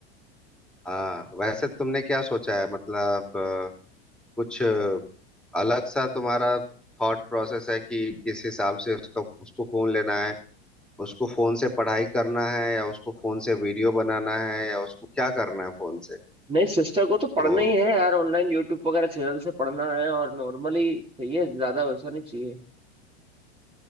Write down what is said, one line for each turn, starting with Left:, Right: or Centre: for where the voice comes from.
Centre: हाँ वैसे तुमने क्या सोचा है मतलब अ, कुछ अ, अलग सा तुम्हारा थॉट प्रोसेस है कि किस हिसाब से उसका उसको फोन लेना है उसको फोन से पढ़ाई करना है या उसको फोन से वीडियो बनाना है या उसको क्या करना है फोन से
Right: नहीं सिस्टर को तो पढ़ना
Centre: तो
Right: ही है यार ऑनलाइन यूट्यूब वगैरह चैनल से पढ़ना है और नॉर्मली चाहिए ज्यादा वैसा नहीं चाहिए